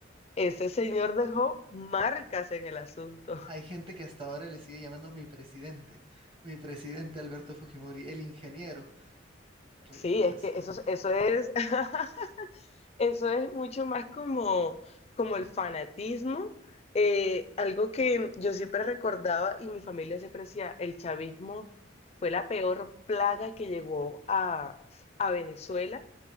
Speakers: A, on the left (about 30°); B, on the right (about 30°).
A: ese señor dejó marcas en el asunto.
B: hay gente que hasta ahora le sigue llamando mi presidente, mi presidente Alberto Fujimori, el ingeniero. Ridículos.
A: Sí, es que eso, eso es <laughs> Eso es mucho más como, como el fanatismo. eh, algo que yo siempre recordaba y mi familia siempre decía, el chavismo fue la peor plaga que llegó a, a Venezuela,